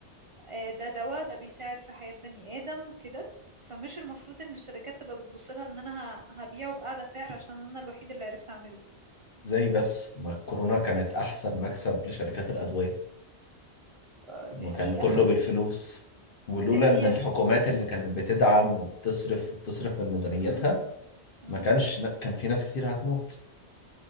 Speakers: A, on the right (about 45°); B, on the left (about 55°).
A: آه، ده دواء ده بيساعد في حياة بني آدم كده فمش المفروض ان الشركات تبقى بتبص لها ان انا ه- هبيعه بأعلى سعر عشان انا الوحيد اللي عرفت اعمله
B: ازاي بس ما الكورونا كانت احسن مكسب لشركات الادويه
A: آه، دي
B: وكان
A: حقيقة
B: كله بالفلوس ولولا
A: <laughs> دي حقيقة
B: ان الحكومات اللي كانت بتدعم وبتصرف وبتصرف من ميزانيتها
A: امم امم
B: ما كانش كان في ناس كتير هتموت